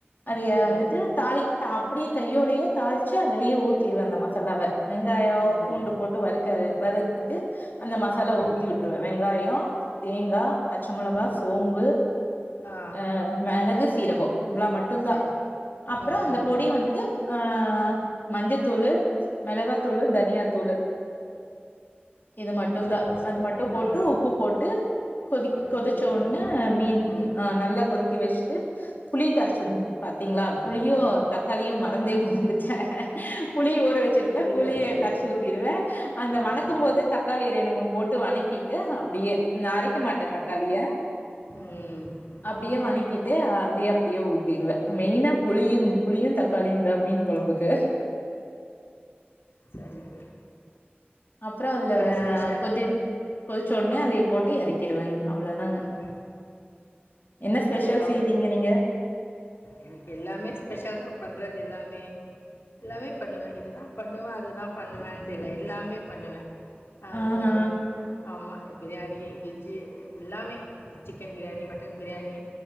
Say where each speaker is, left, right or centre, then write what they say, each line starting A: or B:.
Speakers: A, on the left; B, on the left.
A: அது
B: ம்
A: வந்துட்டு தாளி அப்படியே கையோடையே தாளிச்சு அதுலேயே ஊத்திருவே அந்த மசாலாவ வெங்காயோ
B: ம்
A: பூண்டு போட்டு வறுக்க வறுத்துட்டு அந்த மசாலா
B: ம்
A: ஊத்தி விட்டுருவே வெங்கா யோ தேங்கா பச்ச மொளகா
B: ம்
A: சோம்பு
B: ஆ
A: அ மெளகு சீரகோ இவ்ளோ மட்டுந்தா
B: சரி
A: அப்புறோ
B: ம்
A: அந்த பொடி வந்துட்டு அ ஆ மஞ்சத்தூளு மிளகாத்தூளு தனியாத்தூளு இது மட்டுந்தா
B: சொல்லுங்க சொல்லுங்க
A: அது மட்டு போட்டு
B: ம்
A: உப்பு போட்டு கொதிக்
B: ம்
A: கொதிச்ச
B: கொதிக்க
A: ஓண்ணே
B: விட்டாச்சு
A: மீன்
B: ம்
A: அ நல்லா கொதிக்க வெச்சுட்டு புளிய கரைச்சுர்னு பாத்தீங்களா புளியு
B: ம்
A: தக்காளியு மறந்தே மறந்துட்டே புளிய ஊற வச்சிருப்பே
B: சொல்லுங்க
A: புளிய
B: சொல்லுங்க
A: கரைச்சி ஊத்திருவே அந்த வணக்கும்
B: ம்
A: போது தக்காளிய ரெண்டு மூணு போட்டு வணக்கிட்டு அப்டியே நா அரைக்க மாட்டே தக்காளிய
B: ம்
A: அப்டியே வணக்கிட்டு அதுலயே அப்டியே ஊத்திருவே மெயினா புளியு புளியு தக்காளியு தா மீன் கொழம்புக்கு
B: சரி தோழி
A: அப்புறோ அதுல
B: வேற
A: வ
B: ஸ்பெஷல்
A: கொதி கொதிச்சோன்னே அதை போட்டு இறக்கிறுவங்க அவ்ளதாங்க
B: ம்
A: என்ன ஸ்பெஷல்
B: வேற அவ்வளோதான்
A: செய்வீங்க நீங்க
B: எனக்கு எல்லாமே ஸ்பெஷல் தா பண்றது எல்லாமே எல்லாமே பண்ணுவே இதுதா பண்ணுவே அதுதா பண்ணுவேண்டு இல்ல எல்லாமே பண்ணுவே அது
A: ஆஹா.
B: ஆமா பிரியாணி வெஜ்ஜூ எல்லாமே சிக்கன் பிரியாணி மட்டன் பிரியாணி